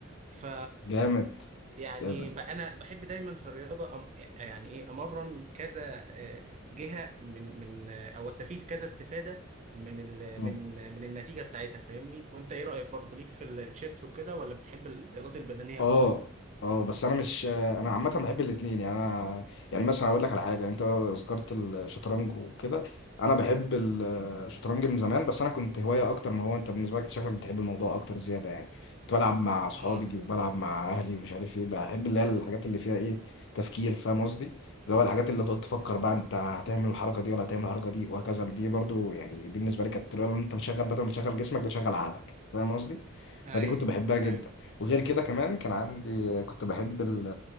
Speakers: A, on the right (about 35°); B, on the left (about 60°).
A: ف
B: جامد
A: يعني
B: جامد
A: ب- أنا بحب دايما في الرياضة أم- آه، يعني إيه أمرن كذا آه، جهة من من آه، أو أستفيد كذا استفادة من ال
B: م.
A: من من النتيجة بتاعتها فاهمني وأنت إيه رأيك برضه ليك في التشيس وكده ولا بتحب الرياضات البدنية
B: اه
A: أكتر؟
B: اه بس انا مش انا عامه بحب الاثنين يعني انا يعني مثلا اقول لك على حاجه انت ذكرت الشطرنج وكده انا بحب الشطرنج من زمان بس انا كنت هوايه اكتر ما هو انت بالنسبه لك شكلك بتحب الموضوع اكتر زياده يعني كنت بلعب مع اصحابي
A: اه
B: وبلعب مع اهلي ومش عارف ايه بحب اللي هي الحاجات اللي فيها ايه تفكير فاهم قصدي اللي هو الحاجات اللي تقعد تفكر بقى انت هتعمل الحركه دي ولا هتعمل الحركه دي وهكذا دي برضو يعني دي بالنسبه لي كانت طريقه ان انت بتشغل بدل ما تشغل جسمك بتشغل عقلك فاهم قصدي
A: ايوه
B: فدي كنت بحبها جدا
A: ايوه
B: وغير كده كمان كان عندي كنت بحب ال-